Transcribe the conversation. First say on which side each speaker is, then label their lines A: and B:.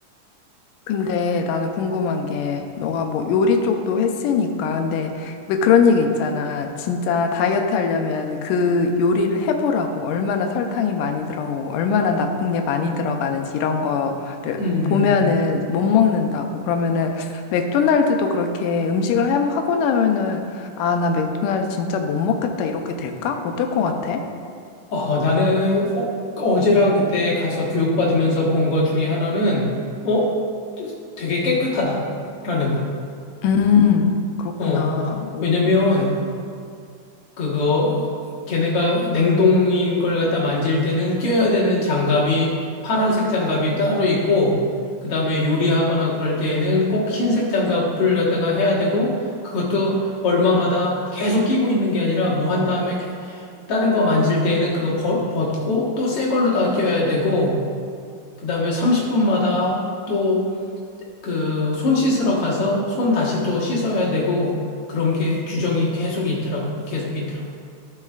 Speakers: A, on the left; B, on the left.
A: 근데 나는 궁금한 게 너가 뭐 요리 쪽도 했으니까 근데 왜 그런 얘기 있잖아. 진짜 다이어트 하려면 그 요리를 해보라고 얼마나 설탕이 많이 들어가고 얼마나 나쁜 게 많이 들어가는지 이런 거를
B: 음.
A: 보면은 못 먹는다고. 그러면은 맥도날드도 그렇게 음식을 해- 하고 나면은 아, 나 맥도날드 진짜 못 먹겠다 이렇게 될까? 어떨 것 같아?
B: 아, 나는 어, 어제랑 그때 가서 교육받으면서 본 것 중에 하나는, 어, 되게 깨끗하다라는 거.
A: 음, 그렇구나.
B: 어, 왜냐면 그거 걔네가 냉동인 걸 갖다 만질 때는 껴야 되는 장갑이 파란색 장갑이 따로 있고 그다음에 요리하거나 그럴 때에는 꼭 흰색 장갑을 갖다가 해야 되고 그것도 얼마마다 계속 끼고 있는 게 아니라 뭐 한 다음에 다른 거 만질 때에는 그거 벗- 벗고 또 새 걸로다가 껴야 되고 그다음에 30분마다 또 그 손 씻으러 가서 손 다시 또 씻어야 되고 그런 게 규정이 계속 있더라고. 계속 있더라고.